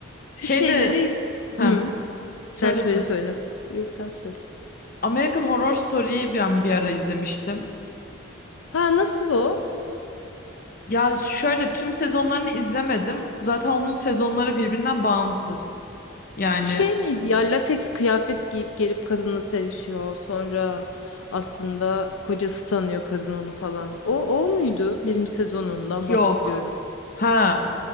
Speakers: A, on the left (about 80°); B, on the left (about 45°).
A: Şu
B: Şey
A: şeyleri...
B: de ha
A: Hı,
B: söylese.
A: sen söyle söyle. Yok sen söyle.
B: American Horror Story'yi ben bir ara izlemiştim.
A: Ha nasıl o?
B: Ya şöyle tüm sezonlarını izlemedim. Zaten onun sezonları birbirinden bağımsız. Yani
A: Bu şey miydi ya? Lateks kıyafet giyip gelip kadınla sevişiyor. Sonra aslında kocası sanıyor kadın onu falan. O, o muydu? Birinci sezonundan
B: yok.
A: bahsediyorum.
B: Ha